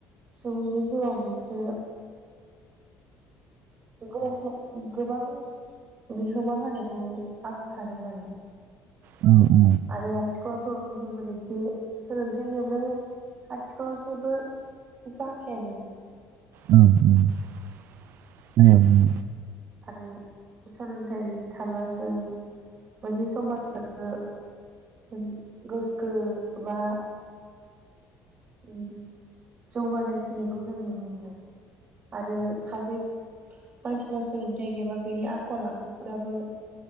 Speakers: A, on the right; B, on the right.
A: सुबुंनि जिउआव मोनसे <unintelligible> गोबां बिहोमा होनायखौ आं सानो मानि
B: औ।
A: आरो आथिखालावथ' नुनो मोनोदि सोलोंथाइ गैयाब्ला आथिखालाव जेबो जाखायनो।
B: उम उम ए उम।
A: आरो सोलोंथाइ थाब्लासो मोनसे समाजाबो उम गोग्गो बा उम जौगानाय फैनायखौ जों नुनो मोनो। आरो सासे मानसिनाव सोलोंथाइ गैयाबा बिनि आखल आखुफोराबो